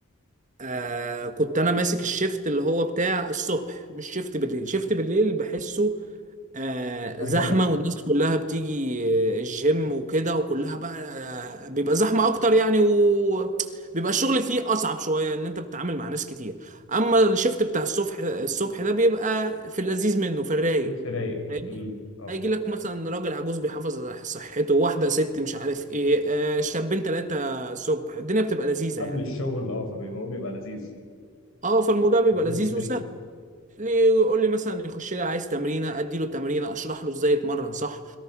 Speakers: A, on the right (about 35°); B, on the left (about 65°).
A: آه كنت انا ماسك الشيفت اللي هو بتاع الصبح مش شيفت بالليل شيفت بالليل بحسه آه،
B: هرجله
A: زحمة والناس كلها بتيجي آه، الجيم وكده وكلها بقى آه، بيبقى زحمة أكتر يعني وبيبقى الشغل فيه أصعب شوية إن أنت بتتعامل مع ناس كتير أما الشيفت بتاع الصبح الصبح ده بيبقى في اللذيذ منه في الرايق
B: شفت رايق
A: فاهمني؟
B: امم اه
A: هيجي لك مثلا راجل عجوز بيحافظ على صحته واحدة ست مش عارف إيه آه، شابين تلاتة الصبح الدنيا بتبقى لذيذة
B: قبل
A: يعني
B: الشغل اه فبيبقى هو بيبقى لذيذ
A: أه فالموضوع بيبقى
B: ما بيبقوش
A: لذيذ
B: خنيقه
A: وسهل ليه يقول لي مثلا يخش لي عايز تمرينه ادي له تمرينه اشرح له ازاي يتمرن صح